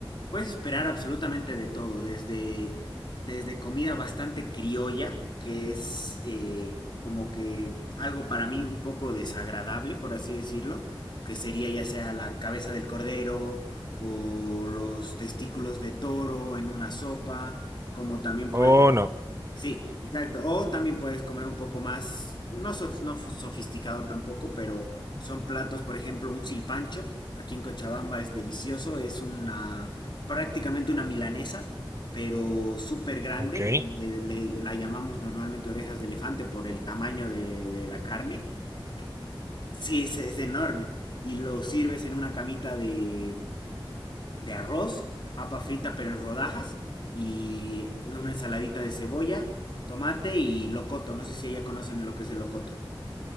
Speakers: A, on the left; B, on the right.
A: puedes esperar absolutamente de todo, desde, desde comida bastante criolla, que es eh, como que algo para mí un poco desagradable, por así decirlo, que sería ya sea la cabeza del cordero o los testículos de toro en una sopa, como también puedes
B: Oh, no.
A: Sí, exacto. O también puedes comer un poco más, no, so- no f- sofisticado tampoco, pero son platos, por ejemplo, un silpancho. Aquí en Cochabamba es delicioso, es una prácticamente una milanesa, pero súper grande.
B: Ok.
A: le- le- la llamamos normalmente orejas de elefante por el tamaño de, de la carne. que- Sí, es, es enorme. Y lo sirves en una camita de de arroz, papa frita pero en rodajas y una ensaladita de cebolla, tomate y locoto. No sé si ya conocen lo que es el locoto.